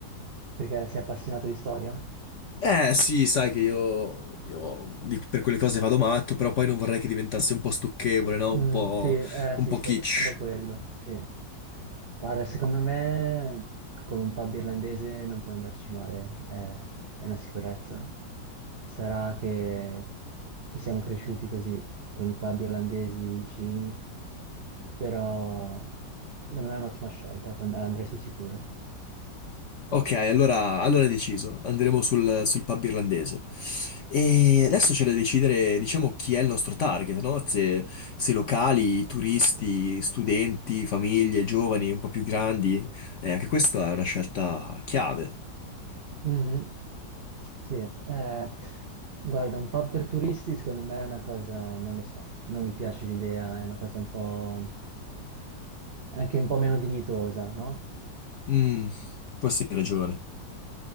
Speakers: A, on the right (about 55°); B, on the left (about 55°).
A: perché sei appassionato di storia?
B: Eh sì, sai che io, io di- per quelle cose vado matto, però poi non vorrei che diventasse un po' stucchevole, no?
A: Mm,
B: Un po',
A: sì, eh,
B: un
A: sì,
B: po'
A: sto
B: kitsch.
A: pensando a quello, sì. Guarda, secondo me con un pub irlandese non puoi andarci male, è, è una sicurezza. Sarà che, che siamo cresciuti così con i pub irlandesi vicini, però secondo me è un'ottima scelta, and- andrei sul sicuro.
B: Ok, allora, allora è deciso, andremo sul, sul pub irlandese. E adesso c'è da decidere, diciamo, chi è il nostro target, no? Se, se locali, turisti, studenti, famiglie, giovani, un po' più grandi. Eh, anche questa è una scelta chiave.
A: Mhm. Sì, eh, guarda, un po' per turisti secondo me è una cosa, non lo so, non mi piace l'idea, è una cosa un po' anche un po' meno dignitosa, no?
B: Mm, forse hai ragione.